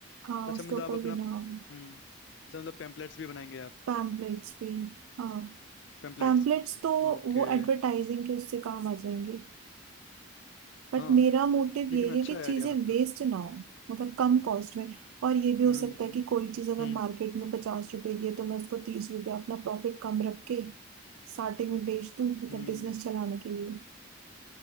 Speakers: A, on the right (about 80°); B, on the left (about 55°).
A: हाँ
B: अच्छा
A: उसके
B: मतलब
A: ऊपर
B: आप अपना
A: भी नाम
B: हम्म अच्छा मतलब पेम्पलेट्स भी बनाएंगे आप
A: पैम्पलेट्स भी हाँ
B: पेम्पलेट्स
A: पैम्पलेट्स तो
B: ओके
A: वो एडवर्टाइजिंग के उससे काम आ जाएंगे बट
B: हाँ
A: मेरा मोटिव
B: लेकिन
A: यही
B: अच्छा
A: है कि
B: है आइडिया
A: चीजें
B: मतलब
A: वेस्ट ना हो मतलब कम कॉस्ट में और ये भी हो
B: हम्म
A: सकता है कि कोई चीज अगर
B: हम्म
A: मार्केट में पचास रुपए की है तो मैं उसको तीस रुपए अपना प्रॉफिट कम रख के स्टार्टिंग में बेच दूं मतलब
B: हम्म
A: बिजनेस चलाने के लिए